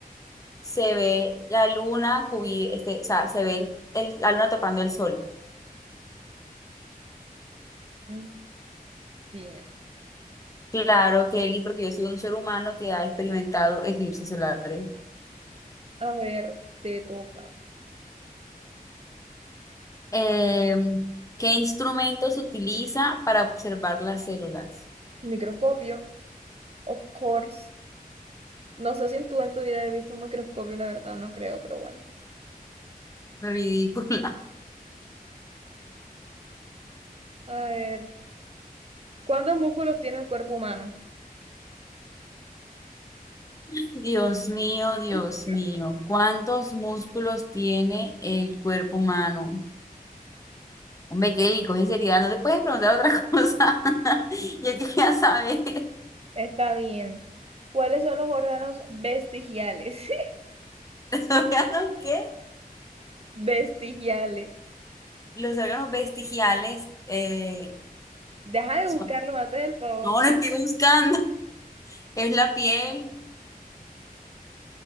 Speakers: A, on the left; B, on the right.
A: Se ve la luna cubi- este, o sea, se ve el- la luna tapando el sol.
B: Mm, Bien.
A: Claro, Kelly, porque yo soy un ser humano que ha experimentado eclipses solares.
B: A ver, te toca.
A: Em, ¿qué instrumento se utiliza para observar las células?
B: Microscopio, of course. No sé si en tu en tu vida has visto un microscopio, la verdad, no creo, pero bueno.
A: Ridícula.
B: A ver, ¿cuántos músculos tiene el cuerpo humano?
A: <laughs> Dios mío, Dios
B: <laughs>
A: mío, ¿cuántos músculos tiene el cuerpo humano? Hombre, Kelly, coge seriedad, no te puedes preguntar otra <laughs> cosa. Yo quería saber,
B: Está bien. ¿Cuáles son los órganos vestigiales?
A: <laughs> ¿los órganos qué?
B: <laughs> Vestigiales.
A: Los órganos vestigiales eh,
B: Deja de
A: son...
B: buscarlo, me haces el favor.
A: No, lo estoy buscando. <laughs> Es la piel,